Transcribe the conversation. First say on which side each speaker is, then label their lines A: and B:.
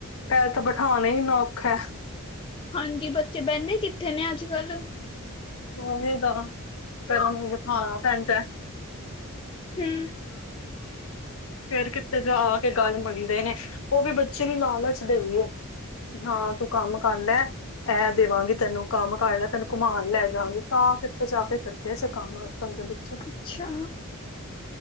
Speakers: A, on the left (about 75°); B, on the left (about 25°).
A: ਪੈਹਲ ਤਾਂ ਬੈਠਾਨਾ ਈ ਇੰਨਾ ਔਖਾ
B: ਹਾਂਜੀ ਬੱਚੇ ਬਹਿੰਦੇ ਕਿੱਥੇ ਨੇ ਅੱਜ-ਕੱਲ
A: ਉਹੀ ਤਾਂ ਫੇਰ ਉਹਨੂੰ ਬਠਾਣਾ ਪੈਂਦਾ।
B: ਹੂੰ
A: ਫੇਰ ਕਿੱਥੇ ਜਾ ਕੇ ਗੱਲ ਮੰਨਦੇ ਨੇ ਉਹ ਵੀ ਬੱਚੇ ਨੂੰ ਲਾਲਚ ਦੇਊ ਇਏ। ਹਾਂ ਤੂੰ ਕੰਮ ਕਰ ਲੇ। ਇਹ ਦੇਵਾਂਗੀ ਤੈਨੂੰ ਕੰਮ ਕਰ ਲੈ ਤੈਨੂੰ ਘੁਮਾਨ ਲੈ ਜਾਂਗੀ ਤਾਂ ਕਿਥੇ ਜਾ ਕੇ ਕਰਦੇ ਸੇ ਕੰਮ ਤੁਦੇ ਬੱਚੇ, <unintelligible>
B: ਅੱਛਾ